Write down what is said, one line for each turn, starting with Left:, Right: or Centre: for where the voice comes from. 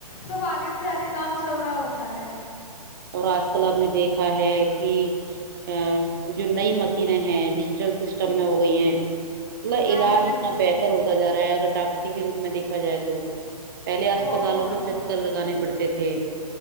Left: سب آگے سے آگے کام چل رہا ہوتا ہے
Right: اور آج کل ہم نے دیکھا ہے کہ ا جو نئی مشینیں ہیں ڈیجیٹل سسٹم میں ہو گئی ہیں مط
Left: ہاں
Right: علاج
Left: جی
Right: اتنا بہتر ہوتا جا رہا ہے اگر ڈاکٹری کے روپ میں دیکھا جائے تو پہلے اسپتالوں
Left: بہت زیادہ
Right: کے چکر لگانے پڑتے تھے